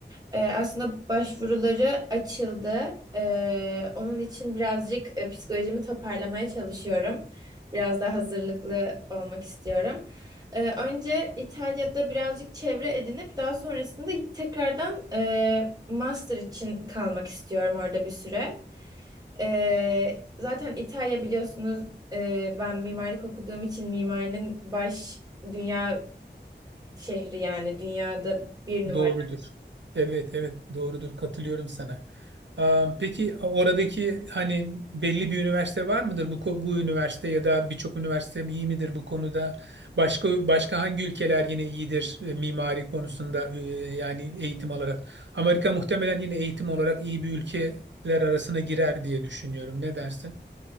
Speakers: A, on the right; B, on the right.
A: Ee, aslında başvuruları açıldı. Ee, onun için birazcık e, psikolojimi toparlamaya çalışıyorum. Biraz daha hazırlıklı olmak istiyorum. Ee, önce İtalya'da birazcık çevre edinip daha sonrasında tekrardan e, master için kalmak istiyorum orada bir süre. Ee, zaten İtalya biliyorsunuz e, ben mimarlık okuduğum için mimarinin baş dünya şehri yani dünyada bir numara.
B: Doğrudur. Evet, evet, doğrudur. Katılıyorum sana. Am, Peki oradaki hani belli bir üniversite var mıdır? Bu ko- bu üniversite ya da birçok üniversite iyi midir bu konuda? Başka başka hangi ülkeler yine iyidir e, mimari konusunda e, yani eğitim olarak? Amerika muhtemelen yine eğitim olarak iyi bir ülkeler arasına girer diye düşünüyorum. Ne dersin?